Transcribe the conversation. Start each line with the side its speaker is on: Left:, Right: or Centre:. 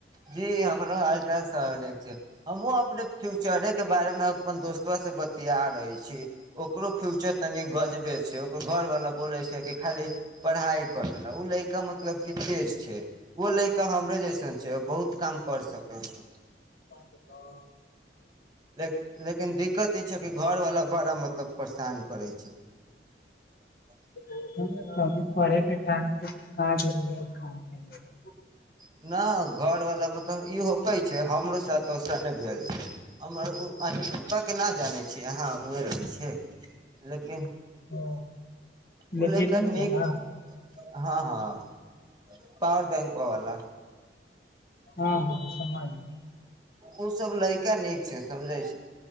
Right: जी हमरो हाल चाल स्वने छै हमहु अपने फ्यूचरे के बारे में अपन दोस्तो से बतिया रहे छी ओकरो फ्यूचर तनी गजबे छै ओकर घरवला बोलै छै कि खाली पढ़ाई करै ल ओ लैका मतलब की तेज छै ओ लैका हमरे जैसे छै बहुत काम कर सकै छै
Left: ह <unintelligible>
Right: लेकिन दिक्कत ई छै कि घरवाला बड़ा मतलब परशान करै छै <unintelligible> <unintelligible>
Left: तऽ अभी पढ़े के टाइम छै तऽ काज एलै काम हँ
Right: <inaudible> न घर वाला मतब ई होकै छै हमरो सातऽ स नहि भेल छै हम उ अनुष्का के नहि जानै छियै अहाँ ओह रहै छै लेकिन
Left: ह
Right: ओ
Left: लटेट
Right: लड़का
Left: न
Right: नीक
Left: ब <unintelligible>
Right: हँ हँ पावर बैंक वाला
Left: हँ हँ समाज
Right: ओ सब लैका नीक छै समझै छी